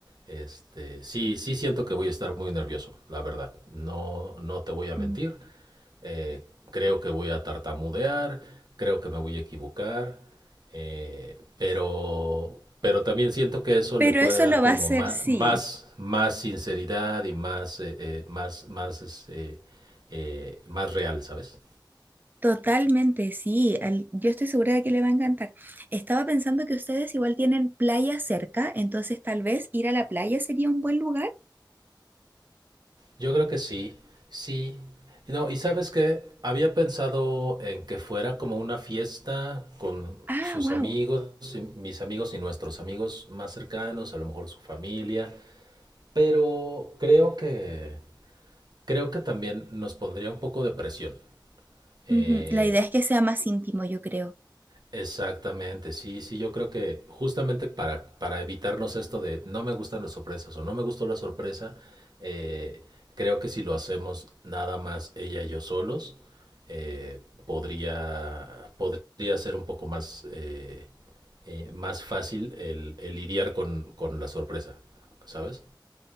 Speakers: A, on the right; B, on the right.
A: este, sí, sí siento que voy a estar muy nervioso, la verdad. No, no te voy a mentir.
B: Mm.
A: Eh, creo que voy a tartamudear, creo que me voy a equivocar. Eh, pero, pero también siento que eso
B: Pero
A: le puede
B: eso
A: dar
B: lo
A: como
B: va a hacer
A: ma-
B: sí,
A: más, más, sinceridad y más, eh, eh, más, más, este, eh, eh, más real, ¿sabes?
B: totalmente sí. al- yo estoy segura de que le va a encantar. Estaba pensando que ustedes igual tienen playa cerca, entonces tal vez ir a la playa sería un buen lugar.
A: Yo creo que sí, sí. No, y sabes que había pensado en que fuera como una fiesta con
B: Ah,
A: sus
B: wow.
A: amigos, y mis amigos y nuestros amigos más cercanos, a lo mejor su familia, pero creo que creo que también nos pondría un poco de presión. Eh,
B: Ujú, La idea es que sea más íntimo, yo creo.
A: Exactamente, sí, sí, yo creo que justamente para, para evitarnos esto de no me gustan las sorpresas o no me gustó la sorpresa, eh, creo que si lo hacemos nada más ella y yo solos, eh, podría, podría ser un poco más, eh, eh, más fácil el, el lidiar con, con la sorpresa, ¿sabes?